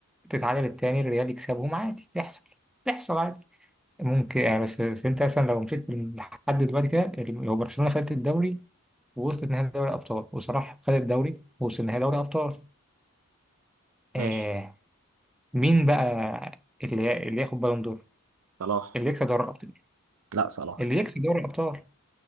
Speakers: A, in the centre; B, on the right.
A: تتعادل التاني الريال يكسبهم عادي تحصل تحصل عادي ممكن يعني بس, بس انت مثلا لو مشيت لحد دلوقتي كده لو برشلونه خدت الدوري ووصلت نهائي دوري الأبطال وصلاح خد الدوري ووصل نهائي دوري الأبطال
B: ماشي
A: آه مين بقى اللي اللي ياخد بالون دور
B: صلاح
A: اللي يكسب دوري الأبطال
B: لا صلاح
A: اللي يكسب دوري الأبطال